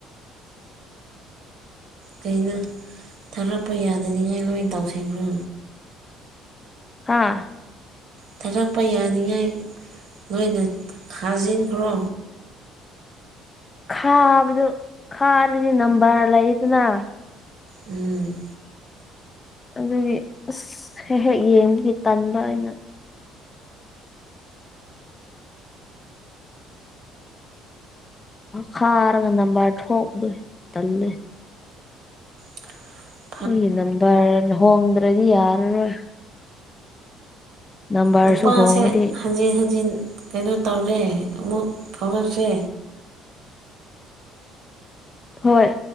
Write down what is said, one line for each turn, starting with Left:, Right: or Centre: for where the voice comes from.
Right: ꯀꯩꯅꯣ ꯊꯥꯔꯛꯄ ꯌꯥꯗꯅꯤꯡꯉꯥꯏ ꯂꯣꯏ ꯇꯧꯁꯤꯟꯈ꯭ꯔꯣ
Left: ꯍꯥꯥ
Right: ꯊꯥꯔꯛꯄ ꯌꯥꯅꯤꯡꯉꯥꯏ ꯅꯣꯏꯅ ꯈꯥꯖꯤꯟꯈ꯭ꯔꯣ
Left: ꯈꯥꯕꯗꯣ ꯈꯥꯔꯗꯤ ꯅꯝꯕꯔ ꯂꯩꯗꯅ
Right: ꯎꯝ
Left: ꯑꯗꯨꯒꯤ ꯑꯁ ꯍꯦꯛ ꯍꯦꯛ ꯌꯦꯡꯕꯒꯤ ꯇꯟꯕ ꯑꯩꯅ ꯈꯥꯔꯒ ꯅꯝꯕꯔ ꯊꯣꯛꯂꯦ ꯇꯜꯂꯦ
Right: <inaudible>
Left: ꯑꯩ ꯅꯝꯕꯔ ꯍꯣꯡꯗ꯭ꯔꯗꯤ ꯌꯥꯔꯔꯣꯏ ꯅꯝꯕꯔꯁꯨ
Right: ꯅꯨꯄꯥꯁꯦ
Left: ꯍꯣꯡꯉꯗꯤ
Right: ꯍꯟꯖꯤꯟ ꯍꯟꯖꯤꯟ ꯀꯩꯅꯣ ꯇꯧꯔꯦ ꯑꯃꯨꯛ ꯐꯥꯎꯔꯛꯁꯦ
Left: ꯍꯣꯏ